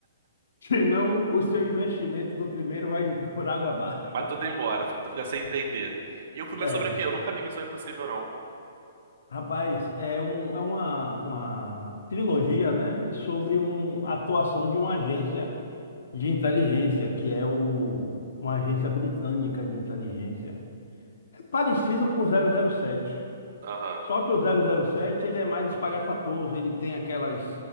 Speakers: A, on the left; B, on the right.
A: senão o seu investimento do primeiro vai por água abaixo.
B: Mas tudo embora, tu fica sem entender. E o filme
A: É,
B: é sobre o quê? Eu nunca vi Missão Impossível, não.
A: Rapaz, é, um, é uma, uma trilogia, né, sobre um, a atuação de uma agência de inteligência, que é o, uma agência britânica de inteligência. É parecido com o zero zero sete,
B: Aham,
A: só que o zero zero sete ele é mais espalhafatoso, ele tem aquelas,